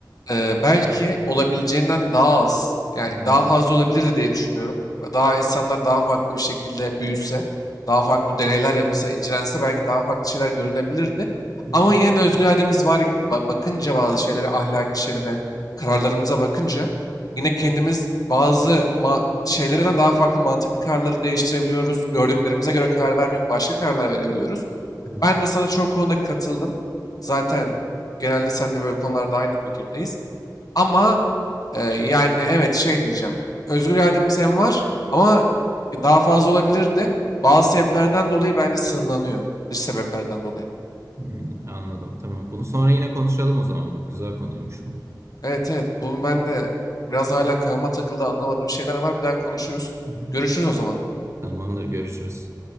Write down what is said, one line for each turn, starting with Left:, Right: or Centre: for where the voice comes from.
Left: Eee, belki olabileceğinden daha az, yani
Right: Hı
Left: daha fazla olabilirdi diye düşünüyorum. Daha insanlar daha farklı bir şekilde büyüse, daha farklı deneyler yapılsa, incelense belki daha farklı şeyler görünebilirdi.
Right: hı,
Left: Ama yine de özgür irademiz var gibi ba- bakınca bazı şeylere, ahlaki şeylere, kararlarımıza bakınca yine kendimiz bazı ma şeylerden daha farklı mantıklı kararları değiştirebiliyoruz. Gördüklerimize göre karar vermeyip başka kararlar verebiliyoruz.
Right: hı. hı.
Left: Ben de sana çoğu konuda katıldım. Zaten genelde sen de böyle konularda aynı fikirdeyiz. Ama e, yani evet şey diyeceğim. Özgür irademiz hem var ama daha fazla olabilirdi. Bazı sebeplerden dolayı bence sınırlanıyor. Dış sebeplerden dolayı.
Right: Hmm, anladım. Tamam. Bunu sonra yine konuşalım o zaman. Bak güzel konuymuş bu.
Left: Evet evet bunu ben de biraz hala kafama takıldı anlamadığım şeyler var. Bir daha konuşuruz.
Right: Hı hı.
Left: Görüşürüz o zaman.
Right: Tamamdır. Görüşürüz.